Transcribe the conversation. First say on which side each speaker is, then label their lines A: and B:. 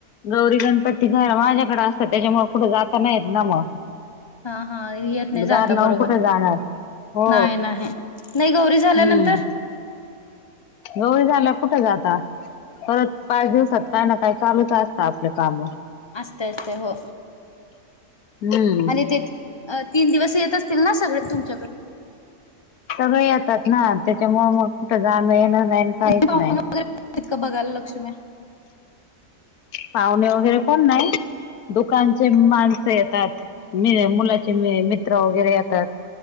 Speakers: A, on the left; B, on the left.
A: गौरी गणपती घर माझ्याकडे असत त्याच्यामुळ कुठ जाता येत नाही ना मग.
B: हा हा येत नाही जात
A: दार लावून
B: बरोबर
A: कुठे
B: आहे.
A: जाणार हो
B: नाही नाही नाही गौरी
A: हम्म
B: झाल्यानंतर?
A: गौरी झाल्यावर कुठ जाता, परत पाच दिवसात काय ना काय चालूच असत आपले काम.
B: असत असत हो.
A: हम्म
B: आणि तीन दिवस येत असतील ना सगळे तुमच्याकडे?
A: सगळे येतात ना त्याच्यामुळ मग कुठ जाण येण नाही. काहीच
B: मग तेव्हा
A: नाही
B: <unintelligible> येतात का बघायला लक्ष्मीम्या.
A: पाहुणे वगैरे कोण नाही,, दुकानचे माणसं येतात. मी मुलाचे म मित्र वगैरे येतात.